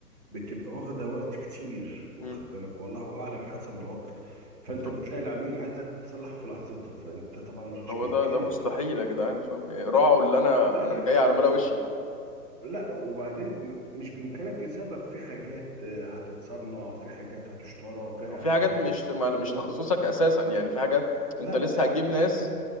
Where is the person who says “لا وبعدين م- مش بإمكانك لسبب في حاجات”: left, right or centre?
Right